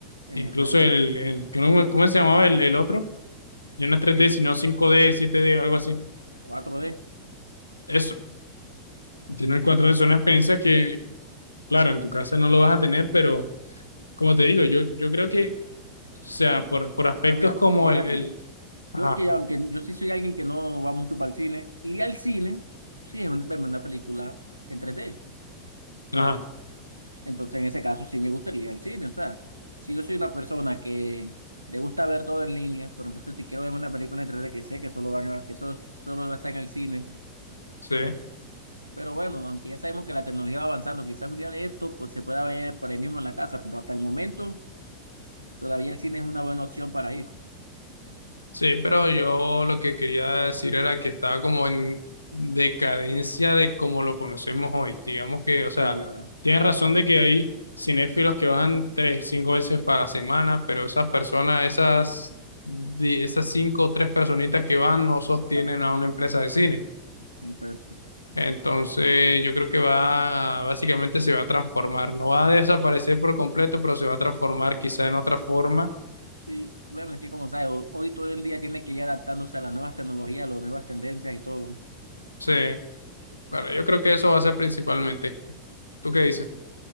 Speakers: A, on the right; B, on the left.
A: en
B: incluso
A: efecto.
B: el, el ¿cómo cómo se llamaba el, el otro? Ya no es tres
A: El
B: d sino cinco d siete d algo así.
A: cuatro d
B: Eso, tiene el cuatro d es una experiencia que, claro, en tu casa no lo vas a tener, pero como te digo, yo, yo creo que, o sea, por, por aspectos
A: O sea, mira,
B: como
A: por
B: el,
A: ejemplo,
B: el, ajá,
A: yo que aunque yo sí soy alguien que no va mucho para el cine, ir al cine, sí es un- verme una película en tres d
B: ajá,
A: Entonces, en ese caso, sí me gustaría el cine. O sea, si yo soy una persona que le gusta ver todo en línea, pero entonces si quiero ver una película en 3D que sé que solo van a- que eso solo va a estar en el cine.
B: sí,
A: Pero bueno, aunque ya sabemos que la tecnología va avanzando, quizás un día de esto pues, se pueda ver por ahí mismo en la casa, pero hasta el momento todavía el cine es una buena opción para ir.
B: sí, pero yo lo que quería decir era que estaba como en decadencia de como lo conocemos hoy. Digamos que, o sea,
A: Sí, verdad.
B: tienes razón de que hay cinéfilos que van tres, cinco veces para la semana, pero esas personas, esas, di- esas cinco o tres personitas que van no sostienen
A: Claro.
B: a una empresa de cine.
A: Y, pues,
B: Entonces, yo creo que va, básicamente se va a transformar, no va a desaparecer por completo, pero se va a transformar quizá en otra forma.
A: sí, bueno, es que como sabes, ho- hoy todo el día tiene que ir adaptándose a las nuevas tecnologías, las nuevas tendencias y todo.
B: Sí, bueno, yo creo que eso va a ser principalmente. ¿Tú qué dices?